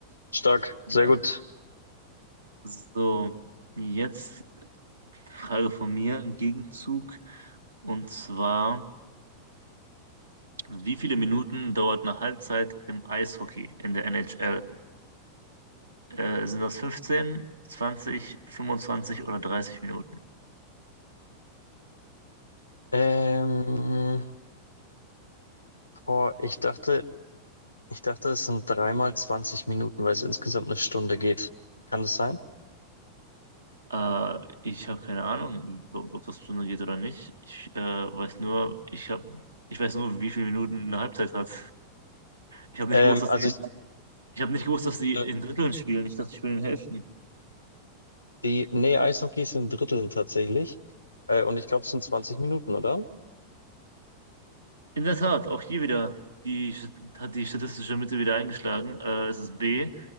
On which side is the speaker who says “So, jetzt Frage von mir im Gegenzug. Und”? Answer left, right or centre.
Right